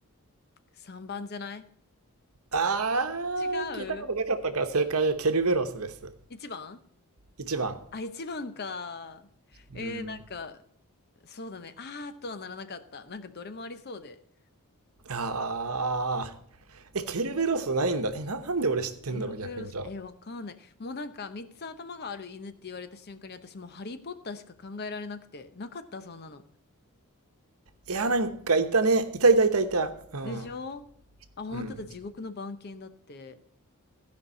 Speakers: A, on the left (about 45°); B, on the right (about 75°).
A: 3番じゃない
B: あー、
A: 違
B: 聞いたことなかったから正解はケルベロスです。
A: う ?1 番
B: 1番。
A: あ、一番か。えー、
B: うん。
A: なんか、そうだね。あーとはならなかった。なんかどれもありそうで。
B: あー。え、ケルベロスないんだ。え、な、なんで俺知ってんだろう、
A: ケロベロス、
B: 逆にじゃあ。
A: えー、わかんない。もうなんか、三つ頭がある犬って言われた瞬間に私もうハリーポッターしか考えられなくて。なかった、そんなの。
B: いや、なんかいたね。いたいたいたいた。うん。
A: でしょあ、本当だ、
B: うん。
A: 地獄の番犬だって。